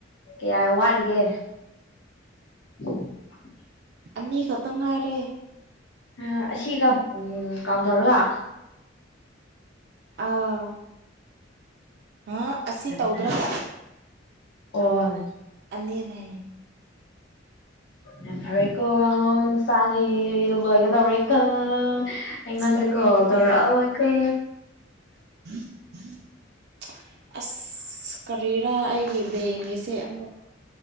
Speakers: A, on the left (about 65°); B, on the right (about 55°).
A: ꯀꯌꯥ ꯋꯥꯠꯂꯤꯒꯦ <inaudible>
B: ꯑꯅꯤ ꯈꯛꯇꯪ ꯉꯥꯢꯔꯦ
A: ꯑꯥ ꯑꯁꯤꯒ ꯎꯝ ꯀꯥꯎꯟ ꯇꯧꯔꯒ
B: ꯑꯥ ꯑꯥ ꯑꯁꯤ
A: ꯌꯥꯝ
B: ꯇꯧꯗ꯭ꯔꯒ
A: ꯐꯔꯦ ꯑꯣ
B: ꯑꯅꯤꯅꯦ
A: ꯌꯥꯝ ꯐꯔꯦꯀꯣ ꯃꯤ ꯃꯥꯆꯥꯗꯤ ꯂꯣꯏꯒꯗꯧꯔꯦꯀꯣ ꯑꯩꯉꯣꯟꯗ
B: ꯀꯔꯤꯅꯣꯅꯦ
A: ꯀꯣꯜ ꯇꯧꯔꯛꯑꯥꯔꯣꯢ ꯀꯣ
B: <inaudible> ꯑꯁ ꯀꯔꯤꯔꯥ ꯑꯩꯒꯤ ꯕꯦꯡꯒꯤꯁꯦ ꯑꯃꯨꯛ